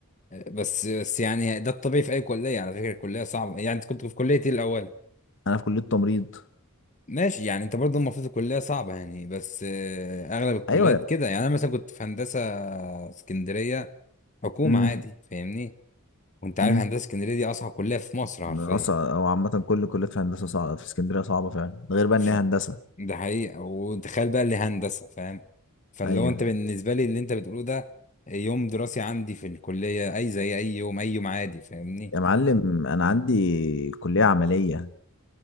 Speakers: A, on the left; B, on the left.
A: بس بس يعني ده الطبيعي في اي كليه على فكره الكليه صعبه يعني انت كنت في كليه ايه الاول
B: انا في كلية تمريض
A: ماشي يعني انت برضه المفروض الكليه صعبه يعني بس آه، اغلب الكليات
B: ايوه يا
A: كده يعني انا مثلا كنت في هندسه اسكندريه حكومه
B: امم
A: عادي فاهمني وانت عارف
B: امم
A: هندسه اسكندريه دي اصعب كليه في مصر حرفيا
B: اصعب او عامة كل كليات في هندسة صعبة في اسكندرية صعبة فعلا ده غير بقى
A: ف-
B: ان هي هندسة
A: ده حقيقه وتخيل بقى اللي هندسه فاهم فاللي
B: ايوه
A: هو انت بالنسبه لي اللي انت بتقوله ده يوم دراسي عندي في الكليه اي زي اي يوم اي يوم عادي فاهمني
B: يا معلم انا عندي كلية عملية